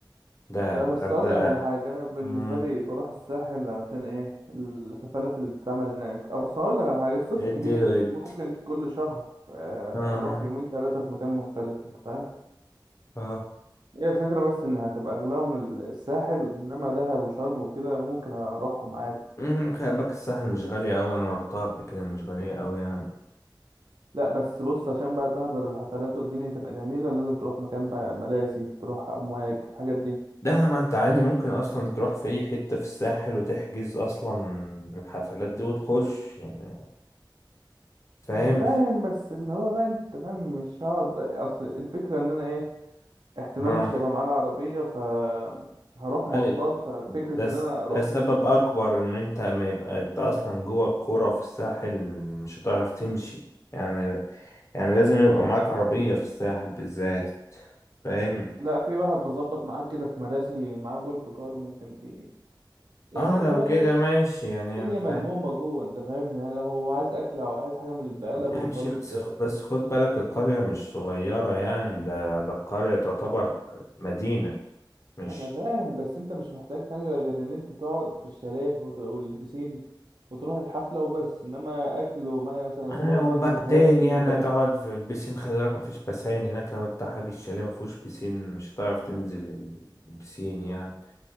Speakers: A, on the left; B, on the right.
A: دهب
B: لا بس
A: غردقة
B: اقول لك على حاجه انا بالنسبه
A: مم،
B: لي بروح الساحل علشان ايه الحفلات اللي بتتعمل هناك اصلا اقول لك على حاجه الصيف
A: ادي
B: كبير
A: له ادي
B: ممكن كل شهر آه،
A: اه
B: اروح يومين ثلاثه في مكان مختلف انت فاهم
A: اه
B: هي الفكره بس ان هتبقى اغلاهم الساحل انما دهب وشرم وكده ممكن اروحهم عادي
A: مم، خلي بالك الساحل مش غالية أوي أنا روحتها قبل كده مش غالية أوي يعني
B: لا بس بص عشان بقى تحضر الحفلات والدنيا تبقى جميله لازم تروح مكان بقى مراسي تروح امواج الحاجات دي
A: ده ما أنت عادي ممكن أصلا تروح في أي حتة في الساحل وتحجز أصلا الحفلات دي وتخش يعني فاهم؟
B: انا فاهم بس اللي هو بقى انت فاهم مش هقعد اصل الفكره ان انا ايه احتمال
A: اه.
B: مش هيبقى معاه العربية ف هروح مواصلات
A: أي
B: ففكرة
A: ده س-
B: ان انا اروح
A: ده سبب
B: من
A: أكبر
B: من
A: إن أنت ما يبقى أنت أصلا جوه الكورة في الساحل مش هتعرف تمشي يعني يعني لازم يبقى معاك عربية في الساحل بالذات فاهم
B: لا في واحد بظبط معاه كده في مراسي معاه جولف كار ممكن تيجي يعني
A: اه
B: اللي
A: لو
B: هو
A: كده
B: ايه
A: ماشي يعني
B: الدنيا ملمومة
A: فاهم
B: جوه انت فاهم يعني لو هو عايز اكل او عايز حاجة من البقالة
A: ماشي
B: بقوم طالب
A: بس بس خد بالك القرية مش صغيرة يعني ده ده القرية تعتبر مدينة مش
B: انا فاهم بس انت مش محتاج حاجة غير ان انت تقعد في الشاليه وت- والبسين وتروح الحفلة وبس انما اكل ومثلا
A: آه،
B: سوبر ماركت
A: وبعدين
B: والحاجات دي
A: يعني
B: دليفري
A: هتقعد في البسين خلي بالك مفيش بسين هناك لو انت حاج الشاليه مفهوش بسين مش هتعرف تنزل البسين يعني